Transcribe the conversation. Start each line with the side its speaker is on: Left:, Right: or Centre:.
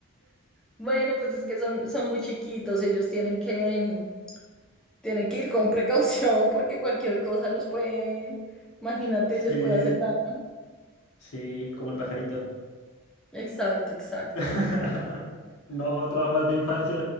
Centre: Bueno, pues es que son, son muy chiquitos, ellos tienen que, mm, tienen que ir con precaución <laughs> porque cualquier cosa los puede, imagínate,
Left: Sí,
Centre: les puede hacer daño.
Left: sí, como el pajarito.
Centre: Exacto, exacto.
Left: <laughs> No, traumas de infancia